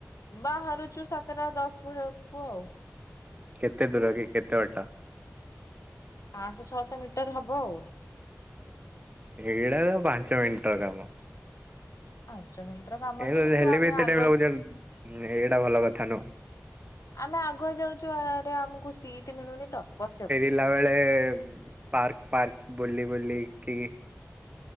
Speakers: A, on the left; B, on the right.
A: ବାହାରୁଛୁ ସାତଟା ଦଶ କୁ ଆଉ।
B: କେତେ ଦୂର କି କେତେ ବାଟା।
A: ପାଞ୍ଚଶହ ଛଅଶହ ମିଟର ହବ ଆଉ।
B: ହେଡା ପାଞ୍ଚ ମିିନିଟ ର କାମ।
A: ପାଞ୍ଚ ମିନିଟ ର କାମ
B: ଏ
A: ଅଛି କିନ୍ତୁ
B: ହେଲେ
A: ଆମେ
B: ବି ଏତେ
A: ଆଗ
B: ଟାଇମ ଲାଗୁଛି ଏଇଟା ଭଲ କଥା ନୁହଁ
A: ଆମେ ଆଗୁଆ ଯାଉଛୁ ଭାରି ଆମକୁ ସିଟ ମିଳୁନି ତ ବସିବାକୁ।
B: ପିଲା ବେଳେ ପାର୍କ ଫାର୍କ ବୁଲି ବୁଲିକି।